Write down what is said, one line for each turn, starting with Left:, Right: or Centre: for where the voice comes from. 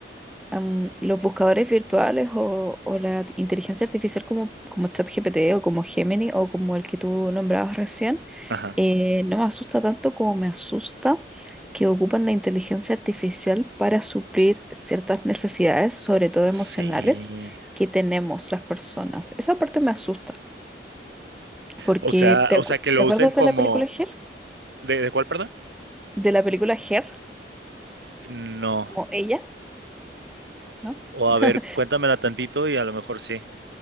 Centre: am, los buscadores virtuales o, o la t- inteligencia artificial como, como ChatGPT o como Gemini o como el que tú nombrabas recién,
Right: ajá,
Centre: eh, no me asusta tanto como me asusta que ocupan la inteligencia artificial para suplir ciertas necesidades, sobre todo emocionales,
Right: sí.
Centre: que tenemos las personas. Esa parte me asusta, porque
Right: O sea,
Centre: ¿te,
Right: o sea,
Centre: acu-
Right: que lo
Centre: te acuerdas
Right: usen como,
Centre: de la película Her?
Right: ¿de, de cuál, perdón?
Centre: De la película Her,
Right: No.
Centre: como ella, ¿no?
Right: O
Centre: <laughs>
Right: a ver, cuéntamela tantito y a lo mejor sí.